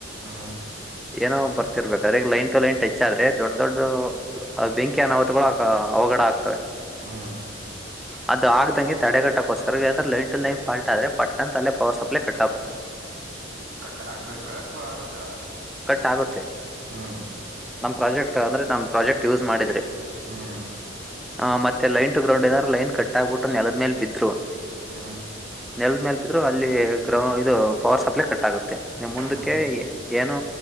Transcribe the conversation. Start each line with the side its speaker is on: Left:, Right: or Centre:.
Right: ಹಾ.
Centre: ಏನೋ ಬರ್ತಿರ್ಬೇಕಾದ್ರೆ ಈಗ ಲೈನ್ ಟು ಲೈನ್ ಟಚ್ಚಾದ್ರೆ ದೊಡ್ಡ ದೊಡ್ ಅ ಬೆಂಕಿ ಅನಾಹತ್ಗಳು ಅಗ ಅವಘಡ ಆಗ್ತವೆ
Right: ಹಾ.
Centre: ಅದು ಆಗ್ದಂಗೆ ತಡೆಗಟ್ಟೊಕೋಸ್ಕರ ಏನಂದ್ರೆ ಲೈನ್ ಟು ಲೈನ್ ಫಾಲ್ಟ್ ಆದ್ರೆ ಪಟ್ ಅಂತ್ ಅಲ್ಲೆ ಪವರ್ ಸಪ್ಲೈ ಕಟ್ ಆಗ್ಬೇಕು
Right: ಕಟ್ಟ್ ಆಗ್ಬೇಕಾ ಅಥವಾ ಆಗುತ್ತಾ
Centre: ಕಟ್ಟ್ ಆಗುತ್ತೆ.
Right: ಹ್ಮ್
Centre: ನಮ್ ಪ್ರಾಜೆಕ್ಟ್ ಅಂದ್ರೆ ನಮ್ ಪ್ರಾಜೆಕ್ಟ್ ಯೂಸ್ ಮಾಡಿದ್ರೆ
Right: ಹ್ಮ್
Centre: ಹ ಮತ್ತೆ ಲೈನ್ ಟು ಗ್ರೌಂಡ್ ಏನಾರ ಲೈನ್ ಕಟ್ ಆಗ್ಬಿಟ್ಟು ನೆಲಗ್ ಮೇಲ್ ಬಿದ್ರುವಾ
Right: ಹ್ಮ್
Centre: ನೆಲದ ಮೇಲ್ ಬಿದ್ರು ಅಲ್ಲಿ ಗ್ರೌ ಇದು ಪವರ್ ಸಪ್ಲೈ ಕಟ್ ಆಗುತ್ತೆ. ನಿಮ್ಮ್ ಮುಂದಕ್ಕೆ
Right: ಹ್ಮ್
Centre: ಏನು